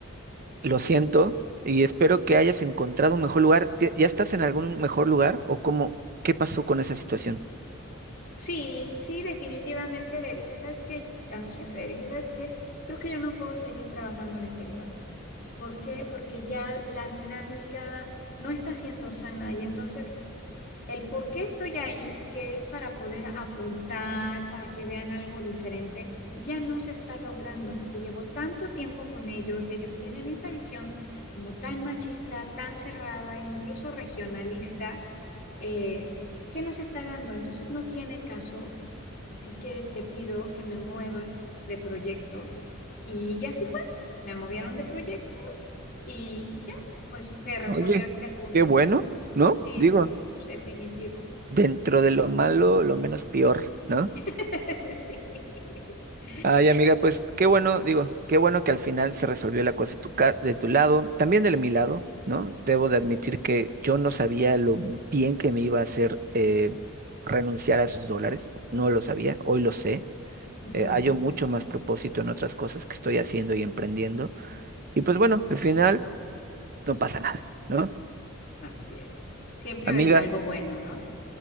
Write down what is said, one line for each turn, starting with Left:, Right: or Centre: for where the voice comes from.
Right: Lo siento y espero que hayas encontrado un mejor lugar. ¿Ya ya estás en algún mejor lugar o cómo, qué pasó con esa situación?
Left: Sí, sí, definitivamente le dije, ¿sabes qué? A mi jefe le dije, ¿sabes qué? Creo que yo no puedo seguir trabajando en este lugar. ¿Por qué? Porque ya la dinámica no está siendo sana y entonces el por qué estoy ahí, que es para poder aportar, para que vean algo diferente, ya no se está logrando porque llevo tanto tiempo con ellos y ellos tienen esa visión como tan machista, tan cerrada, incluso regionalista, eh, que no se está dando. Entonces no tiene caso, así que te pido que me muevas de proyecto. Y, y así fue, me movieron de proyecto y ya, pues se resolvió
Right: Oye,
Left: este punto.
Right: qué bueno, ¿no?
Left: Sí,
Right: Digo,
Left: definitivo.
Right: dentro de lo malo, lo menos peor, ¿no?
Left: <laughs> Sí.
Right: Ay, amiga, pues qué bueno, digo, qué bueno que al final se resolvió la cosa de tu, ca- de tu lado, también de mi lado, ¿no? Debo de admitir que yo no sabía lo bien que me iba a hacer eh, renunciar a esos dólares, no lo sabía, hoy lo sé.
Left: Ujú.
Right: Eh, hallo mucho más propósito en otras cosas que estoy haciendo y emprendiendo. Y pues bueno, al final no pasa nada, ¿no?
Left: Así es. Siempre
Right: Amiga,
Left: vendrá algo bueno, ¿no?